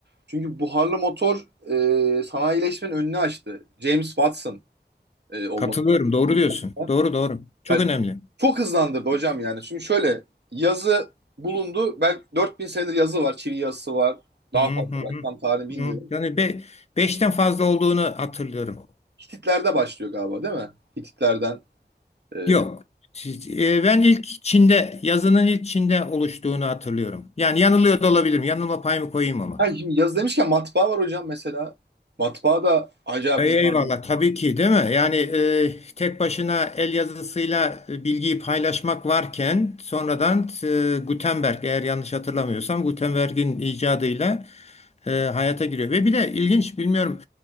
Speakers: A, on the right; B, on the left.
A: Çünkü buharlı motor e, sanayileşmenin önünü açtı. James Watson e, olması
B: Katılıyorum. Doğru diyorsun.
A: lazım.
B: Doğru doğru. Çok
A: Yani
B: önemli.
A: çok hızlandırdı hocam yani. Şimdi şöyle yazı bulundu. Belki 4000 senedir yazı var. Çivi yazısı var. Daha
B: Hı hı
A: fazla
B: hı.
A: belki tam tarihini bilmiyorum.
B: Hı. Yani be, beşten fazla olduğunu hatırlıyorum.
A: Hititler'de başlıyor galiba değil mi? Hititlerden. e,
B: Yok. Siz- e, Ben ilk Çin'de yazının ilk Çin'de oluştuğunu hatırlıyorum. Yani yanılıyor da olabilirim. Yanılma payımı koyayım ama.
A: Ha, şimdi yazı demişken matbaa var hocam mesela. Matbaa da acayip
B: Ey-
A: hızlandırdı.
B: Eyvallah tabii ki değil mi? Yani e, tek başına el yazısıyla e, bilgiyi paylaşmak varken sonradan e, Gutenberg eğer yanlış hatırlamıyorsam Gutenberg'in icadıyla e, hayata giriyor. Ve bir de ilginç bilmiyorum